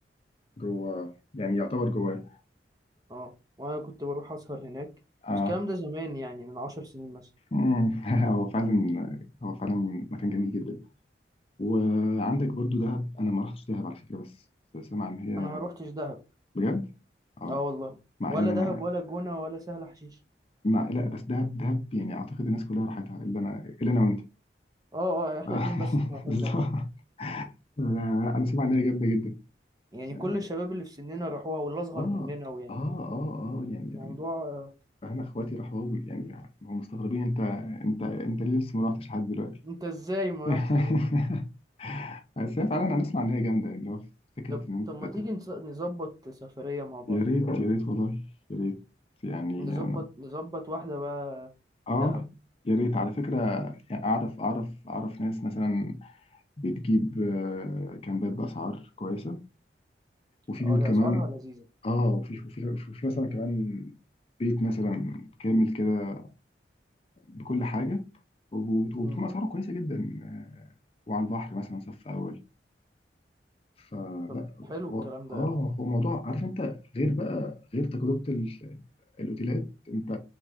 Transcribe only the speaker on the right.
اه وانا كنت بروح اسهر هناك
بس الكلام ده زمان يعني من عشر سنين مثلا
انا ما روحتش دهب
اه والله
ولا
دهب
ولا جونة ولا سهل حشيش
اه اه احنا
اتنين بس ما رحناش
دهب
يعني
كل الشباب اللي في سننا راحوها واللي اصغر
مننا ويعني
الموضوع
آه،
انت ازاي ما
رحتش ده
طب
طب ما
تيجي
نس- نظبط سفرية مع بعض
نظبط
نظبط واحدة بقى
دهب
اه هي
أسعارها لذيذة
مم.
طب حلو
الكلام ده
أوي